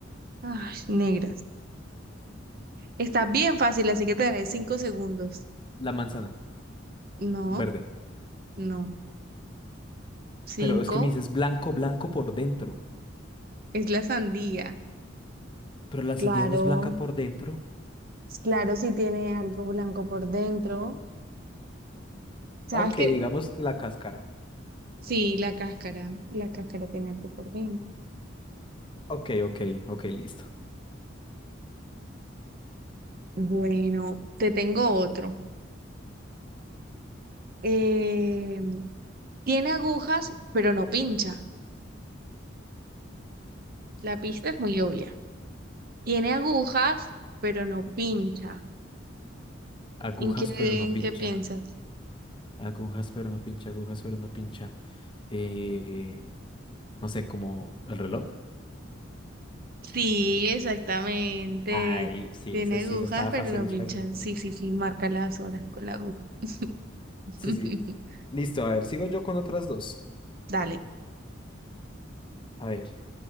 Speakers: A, on the right; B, on the left.
A: ay, negras. Está bien fácil, así que te daré cinco segundos.
B: la manzana,
A: No,
B: verde.
A: no, cinco
B: Pero es que me dices blanco, blanco por dentro.
A: es la sandía.
B: Pero la sandía
A: Claro,
B: no es blanca por dentro.
A: claro, si tiene algo blanco por dentro.
B: Ok,
A: Sabes que
B: digamos que la cáscara.
A: Sí, la cáscara, la cáscara tiene algo por dentro.
B: Ok, ok, ok, listo.
A: Bueno, te tengo otro. Eh, tiene agujas, pero no pincha. La pista es muy obvia. Tiene agujas, pero no pincha.
B: Agujas
A: ¿En qué,
B: pero no
A: en
B: pincha.
A: qué piensas?
B: Agujas pero no pincha. Agujas pero no pincha. Eh, no sé, como el reloj.
A: Sí, exactamente.
B: Ay, sí,
A: Tiene
B: ese
A: agujas,
B: sí se estaba
A: pero
B: fácil,
A: no pincha.
B: es facilita.
A: Sí, sí, sí, marca las horas con la aguja. <laughs>
B: Sí, sí. Listo, a ver, sigo yo con otras dos.
A: Dale.
B: A ver,